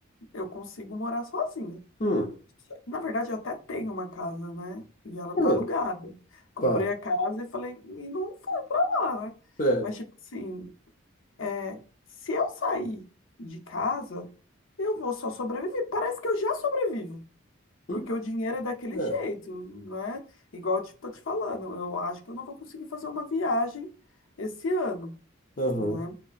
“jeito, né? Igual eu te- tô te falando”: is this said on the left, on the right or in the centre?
Left